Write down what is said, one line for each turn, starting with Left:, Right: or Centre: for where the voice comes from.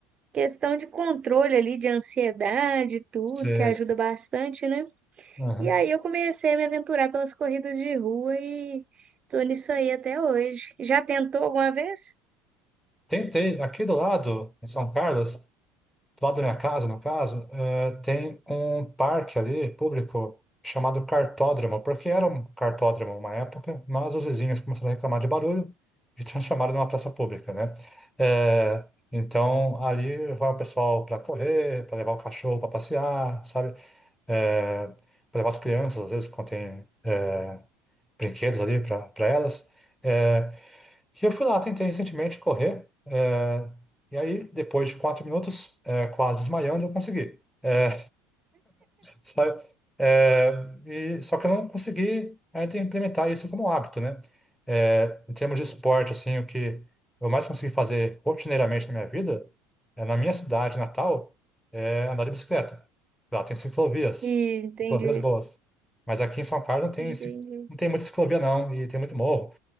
Right: questão de controle ali, de ansiedade, e tudo,
Centre: Você...
Right: que ajuda bastante, né?
Centre: Uhum.
Right: E aí eu comecei a me aventurar pelas corridas de rua e tô nisso aí até hoje. Já tentou alguma vez?
Centre: Tem, tem- aqui do lado, em São Carlos, do lado da minha casa, no caso, eh, tem um parque ali, público, chamado Cartódromo, porque era um cartódromo uma época, mas os vizinhos começaram a reclamar de barulho e transformaram <laughs> numa praça pública, né? Eh, então, ali vai o pessoal para correr, para levar o cachorro para passear, sabe? é, para levar as crianças, às vezes, quando tem eh, brinquedos ali para elas. Eh, e eu fui lá, tentei recentemente correr, eh, e aí, depois de quatro minutos, eh, quase desmaiando, eu consegui. É, sabe? É, e, só que eu não consegui ainda implementar isso como hábito, né? É, em termos de esporte, assim, o que eu mais consegui fazer rotineiramente na minha vida, é, na minha cidade natal, é andar de bicicleta. Lá tem ciclovias,
Right: E entendi.
Centre: ciclovias boas. Mas aqui em São Carlos não tem,
Right: Entendi.
Centre: ci- não tem muita ciclovia, não, e tem muito morro.